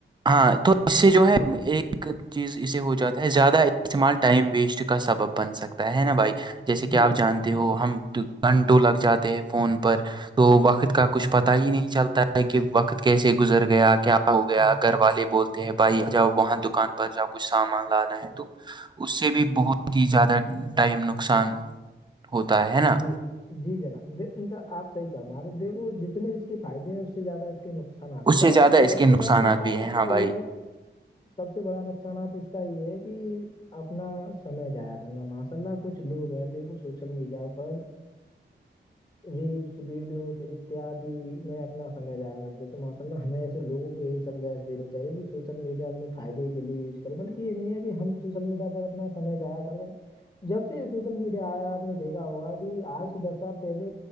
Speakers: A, on the right (about 20°); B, on the left (about 25°).
A: ہاں تو اس سے جو ہے
B: جی
A: ایک ایک چیز اسے ہو جاتا ہے زیادہ استعمال ٹائم ویسٹ کا سبب بن سکتا ہے نا بھائی جیسے کہ
B: جی جناب
A: آپ جانتے ہو ہم گھنٹوں لگ جاتے ہیں فون پر تو وقت کا کچھ پتا ہی نہیں چلتا ہے کہ وقت کیسے گزر گیا کیا ہو گیا
B: جی
A: گھر والے بولتے بھائی جب وہاں دکان پر جا کچھ سامان لانا ہے تو اس سے بھی بہت ہی زیادہ ٹائم نقصان ہوتا ہے نا
B: جی جی جناب آپ صح فرما رہ د جتنے اس کے فائدے ہیں اس سے زیادہ اس کے نقصان نقصانات
A: اس
B: سب
A: زیادہ
B: سے
A: اس
B: سب
A: کے نقصانات
B: سے بڑا نقصان
A: بھی ہیں
B: اس
A: ہاں
B: کا
A: بھائی
B: یہ ہے سب سے بڑا نقصانات اس کا یہ ہے کہ اپنا سمے زایا کرنا ماشاء اللہ کچھ لوگ ہے دیھکو سوشل میڈیا پر ریلس ویڈیوز اتیادی میں اپنا سمے جایا کرتے ت مطلب ہمیں ایسےوگوں کو یہی سمجائ دینی چاہیے کہ سوشل میڈیا اپنے فائد کے لیے یز بلکہ یہ نہیں ہے کہ ہم سوشل میڈیا پر اپنا سمے جایا کر رہے جب سے یہ سوشل میڈیا آیا آپ نے دیکھا ہوا کہ آج سے دس سال پہلے